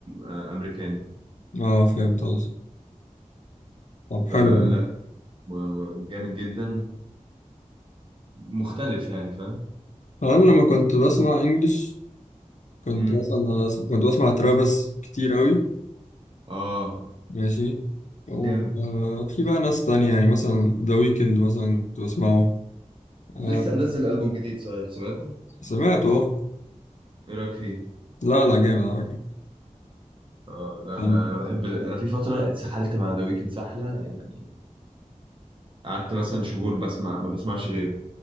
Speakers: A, on the right; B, on the left.
A: آه، امريكاني
B: اه فهمت قصدي طب
A: فلا
B: حلو والله.
A: و- و- جامد جدا ومختلف يعني فاهم
B: انا لما كنت بسمع انجلش كنت
A: امم
B: اصلا انا أسم- كنت بسمع ترافيس كتير قوي
A: اه
B: ماشي او
A: جامد
B: آه في بقى ناس تانية يعني مثلا ذا ويكند مثلا كنت بسمعه آه
A: لسه منزل ألبوم جديد صحيح سمعته
B: سمعته اه
A: ايه رايك فيه؟
B: لا لا جامد على
A: اه لا
B: فكرة
A: انا انا بحب انا في فتره اتسحلت مع ذا ويكند سحله يعني قعدت مثلا شهور بسمع ما بسمعش غيره